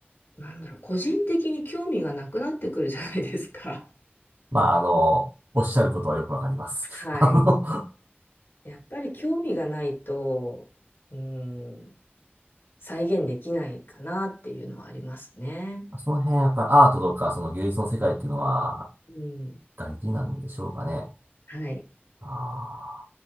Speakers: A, on the left; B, on the right.
A: なんだろう、個人的に興味がなくなってくるじゃないですか。
B: まあ、あの、おっしゃることはよくわかります。
A: はい。
B: <laughs> あの、
A: やっぱり興味がないと、うん、再現できないかなっていうのはありますね。
B: <laughs> その辺、やっぱりアートとか、その芸術の世界っていうのは、
A: うん。
B: 大事なんでしょうかね。
A: はい。
B: あ